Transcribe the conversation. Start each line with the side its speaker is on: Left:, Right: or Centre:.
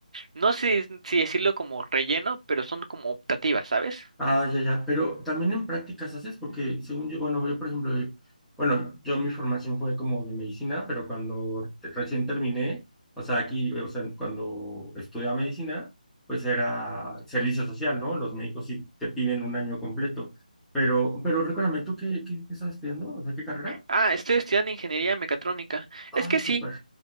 Right: no sé si decirlo como relleno, pero son como optativas, ¿sabes?
Centre: Ah, ya, ya, pero también en prácticas haces, porque según yo, bueno, yo por ejemplo, eh, bueno, yo mi formación fue como de medicina, pero cuando te- recién terminé, o sea, aquí, eh, o sea, cuando estudiaba medicina, pues era servicio social, ¿no? Los médicos sí te piden un año completo, pero, pero recuérdame, ¿tú qué, qué, qué estás estudiando? O sea, ¿qué carrera?
Right: Ah, estoy estudiando ingeniería mecatrónica.
Centre: Ah,
Right: Es que sí.
Centre: súper.